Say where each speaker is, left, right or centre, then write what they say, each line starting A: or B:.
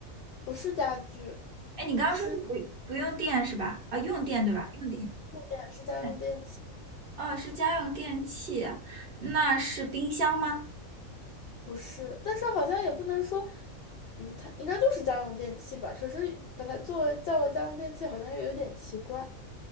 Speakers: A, on the left; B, on the right.
A: 不是家具，
B: 哎，你刚刚说是不不用电是吧？
A: 是
B: 啊，用电对吧？用电。
A: 电，是家用电器，
B: 嗯，哦，是家用电器，那是冰箱吗？
A: 不是，但是好像也不能说，嗯，它应该就是家用电器吧，只是把它作为叫为家用电器，好像又有点奇怪。